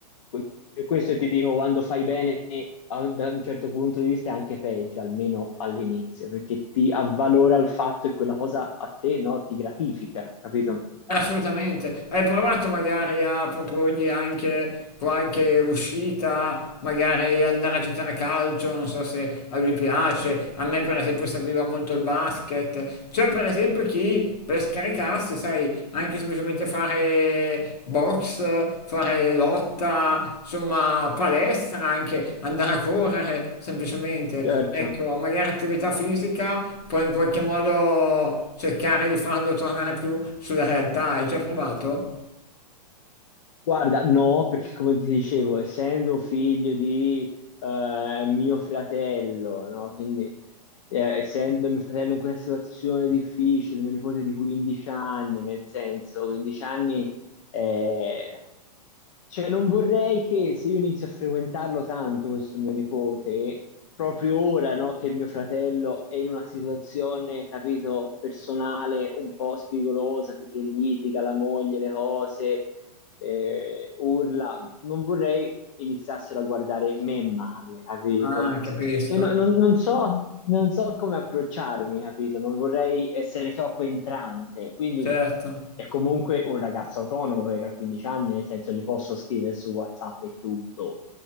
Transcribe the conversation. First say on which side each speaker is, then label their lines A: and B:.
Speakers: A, on the left; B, on the left.
A: que- questo ti dico, quando fai bene a- da un certo punto di vista è anche peggio, almeno all'inizio, perché ti avvalora il fatto e quella cosa a te, no, ti gratifica, capito?
B: Assolutamente. Hai provato magari a proporgli anche qualche uscita, magari andare a giocare a calcio, non so se a lui piace. A me, per esempio, serviva molto il basket. C'è, per esempio, chi per scaricarsi, sai, anche semplicemente che fare box, fare lotta, insomma palestra anche, andare a correre semplicemente,
A: Certo.
B: ecco, magari attività fisica, poi in qualche modo cercare di farlo tornare più sulla realtà. Hai già provato?
A: Guarda, no, perché come ti dicevo, essendo figlio di eh, mio fratello, no? Quindi eh, essendo mio fratello in questa situazione difficile, mio nipote di 15 anni, nel senso, 15 anni eh, cioè, non vorrei che se io inizio a frequentarlo tanto, questo mio nipote, proprio ora, no, che mio fratello è in una situazione, capito, personale un po' spigolosa perché litiga la moglie, le cose, eh, urla, non vorrei iniziassero a guardare me male, capito?
B: Ah, capisco,
A: Cioè, no- non, non so, non so come approcciarmi, capito? Non vorrei essere troppo entrante, quindi
B: certo.
A: è comunque un ragazzo autonomo perché ha 15 anni, nel senso gli posso scrivere su WhatsApp e tutto,